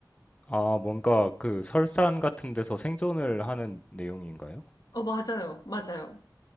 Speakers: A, on the left; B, on the left.
A: 아, 뭔가 그 설산 같은 데서 생존을 하는 내용인가요? <laughs>
B: 어, 맞아요. 맞아요.